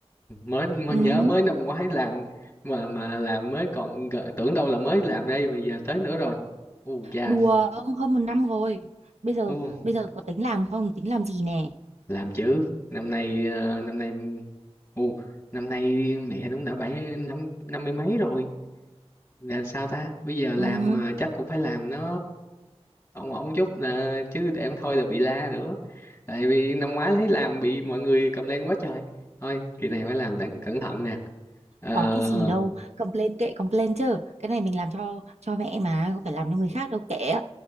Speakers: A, on the left; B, on the right.
A: mới, mới
B: Ừ,
A: nhớ mới năm ngoái làm mà mà làm mới còn gỡ- tưởng đâu là mới làm đây mà giờ tới nữa rồi u chà
B: đùa ông hơn một năm rồi. Bây giờ
A: u
B: bây giờ có tính làm không? Tính làm gì nè?
A: làm chứ năm nay ờ, năm nay u năm nay mẹ đúng đã bảy năm năm mươi mấy rồi là sao ta bây giờ làm
B: Ừ,
A: mà chắc cũng phải làm nó ổn ổn chút nè chứ để không thôi là bị la nữa tại vì năm ngoái thấy làm bị mọi người cầm lên quá trời thôi kỳ này phải làm đặng cẩn thận nè Ờ,
B: có cái gì đâu, complain kệ complain chứ. Cái này mình làm cho cho mẹ mà, có phải làm cho người khác đâu kệ.